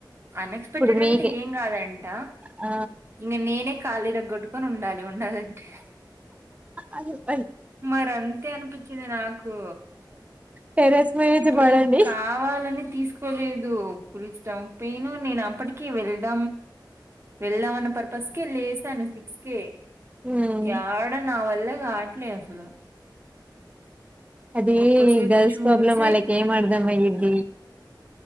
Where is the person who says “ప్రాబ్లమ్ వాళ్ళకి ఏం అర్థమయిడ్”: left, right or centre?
Right